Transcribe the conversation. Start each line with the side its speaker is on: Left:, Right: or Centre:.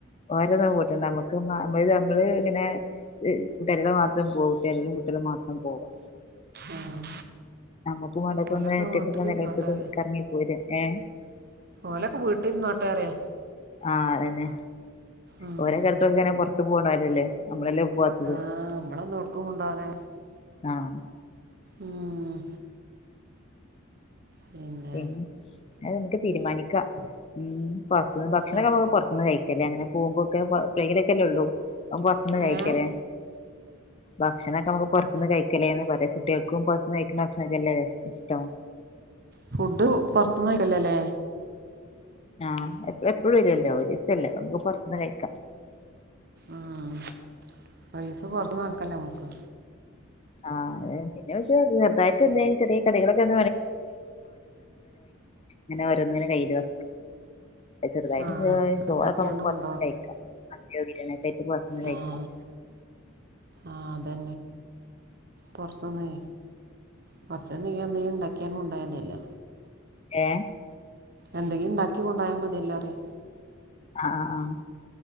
Left: ഓരൊന്നും കൂട്ടണ്ട അമ്മക്ക് മ <unintelligible> നമ്മള് ങ്ങനെ കൂട്ടാരിയോള് മാത്രം പോവും തെരലും കു വീട്ടില് മാത്രം പോവാ.
Right: ആ
Left: നമ്മക്കും വാണ്ടപ്പൊന്ന്
Right: ഓലൊക്കെ
Left: ഒറ്റക്കൊക്കെ
Right: വീട്ടിലിരുന്നോട്ടെ
Left: എല്ലോട്ത്ത്ക്കും
Right: അറിയ
Left: കറങ്ങി പോര. ഏഹ്
Right: ഓലൊക്കെ വീട്ടിര്ന്നോട്ടെ അറ്യ.
Left: ആഹ് അതന്നെ
Right: ഉം
Left: ഓരടെക്കൊക്കെങ്ങനെ പൊറത്ത് പോണോരല്ലേ നമ്മളല്ലെ വാത്തത്
Right: ആഹ് നമ്മളൊന്നും എവ്ട്ക്കും കൊണ്ടോവാതെ
Left: ആഹ്.
Right: ഉം പിന്നെ
Left: പിൻ അത് നമുക്ക് തീരുമാനിക്ക ഉം പൊറത്തുന്ന് ഭക്ഷണക്കെ
Right: ആഹ്
Left: നമ്മക്ക് പൊറത്തുന്ന് കഴി ക്കല്ലേ അങ്ങനെ പോവുമ്പോക്കെ എപ്പളേങ്കിലൊക്കല്ലേ ഉള്ളൂ അത് പൊറത്ത്ന്ന്
Right: ഏഹ്
Left: കഴിക്കലേ.
Right: ഏഹ്
Left: ഭക്ഷണൊക്കെ നമുക്ക് പൊറത്ത്ന്ന് കഴിക്കലേന്ന് പറ്യാ കുട്ടികൾക്കും പൊറത്ത്ന്ന് കഴിക്കുന്ന ഭക്ഷണൊക്കല്ലേ ഇ ഇഷ്ടം
Right: ഫുഡും പൊറത്ത്ന്ന് കഴിക്കല്ലലേ
Left: ആഹ് എപ്പഴും എപ്പഴും വരൊല്ലോ ഒരീസല്ലേ അനമുക്ക് പൊറത്ത്ന്ന് കഴിക്കാ.
Right: ഉം ഒരീസം പൊറത്ത്ന്ന്ക്കല്ല അമുക്ക്.
Left: ആഹ് ലെ പിന്നെ പക്ഷേ ചെറുതായിട്ട് എന്തേലും പിന്നെ ഓയ്ച്ച ചെർതായിട്ട് എന്തേം ചെറിയ കടികളൊക്കെ <unintelligible> ഇങ്ങനെ ഓരോ ങ്ങനെ കയ്യില് വെക്കാ ചെറ്തായിട്ട്
Right: ആഹ്
Left: ഇതേമാരി ചോറൊക്കെ
Right: ഇണ്ടാക്കിയാണ്ട്
Left: മ്മക്ക് പൊറത്ത്ന്ന്
Right: കൊണ്ടോവാ
Left: കഴിക്കാ <unintelligible> പൊർത്ത്ന്ന് കഴിക്കാ
Right: ആഹ് ആഹ് അതെ പൊർത്ത്ന്നെ കൊർച്ച് എന്തേം എന്തെങ്കിലും ഇണ്ടാക്ക്യണ്ട് കൊണ്ടോയ മതില്ലോ
Left: ഏ
Right: എന്തെങ്കിലും ഇണ്ടാക്കി കൊണ്ടോയ മതിയല്ലോ അറിയാ
Left: ആഹ് ആഹ് ആഹ്